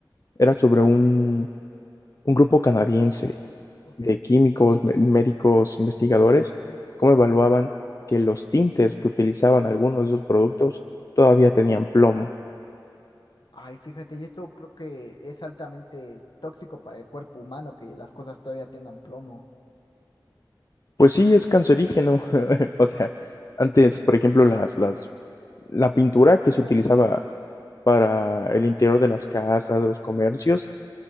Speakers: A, on the left (about 45°); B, on the left (about 70°).
A: era sobre un, un grupo canadiense
B: Ok.
A: de químicos, mé- médicos, investigadores, cómo evaluaban que los tintes que utilizaban algunos de esos productos todavía tenían plomo.
B: Ay, fíjate, y esto creo que es altamente tóxico para el cuerpo humano que las cosas todavía tengan plomo.
A: Pues sí, es cancerígeno. <laughs> O sea, antes, por ejemplo, las, las, la pintura que se utilizaba para el interior de las casas, de los comercios,